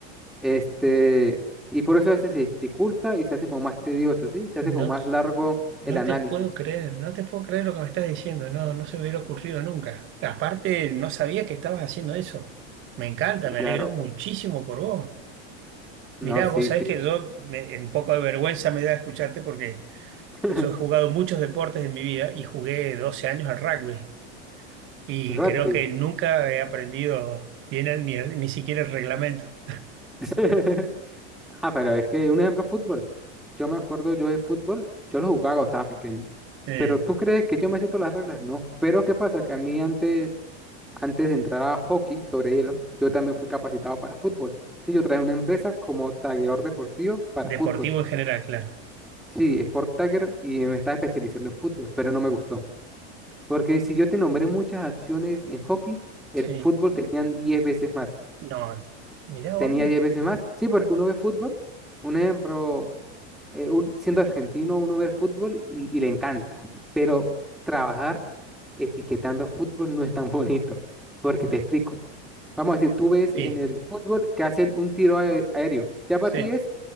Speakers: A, in the centre; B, on the right.
A: Este, y por eso a veces se dificulta y se hace como más tedioso, ¿sí? Se
B: No,
A: hace como más
B: t-
A: largo
B: no
A: el análisis.
B: te puedo creer, no te puedo creer lo que me estás diciendo, no, no se me hubiera ocurrido nunca. aparte, no sabía que estabas haciendo eso. Me encanta,
A: Sí,
B: me
A: claro.
B: alegro muchísimo por vos.
A: No,
B: Mirá,
A: sí,
B: vos sabés
A: sí.
B: que yo, me- un poco de vergüenza me da escucharte porque
A: <laughs>
B: yo he jugado muchos deportes en mi vida y jugué 12 años al rugby. y
A: Rugby.
B: creo que nunca he aprendido bien el- ni, ni siquiera el reglamento
A: <laughs> Ah, pero es que un ejemplo, fútbol. Yo me acuerdo yo de fútbol, yo lo jugaba cuando estaba pequeño.
B: eh,
A: Pero tú crees que yo me sé todas las reglas, no. Pero ¿qué pasa? Que a mí antes, antes de entrar a hockey sobre hielo, yo también fui capacitado para fútbol. Sí, yo traje una empresa como tagueador deportivo para
B: deportivo
A: fútbol.
B: en general, claro.
A: Sí, Sport Tagger y me estaba especializando en fútbol, pero no me gustó. Porque si yo te nombré muchas acciones en hockey, el
B: Sí,
A: fútbol tenían 10 veces más.
B: no, mirá vos.
A: Tenía 10 veces más. Sí, porque uno ve fútbol. Un ejemplo. eh, un- siendo argentino, uno ve el fútbol y, y le encanta, pero trabajar etiquetando fútbol no es tan <laughs> bonito, porque
B: Me-
A: te explico. Vamos a decir, tú ves
B: Sí,
A: en el fútbol que hacen un tiro ae- aéreo. Ya para
B: sí,
A: ti es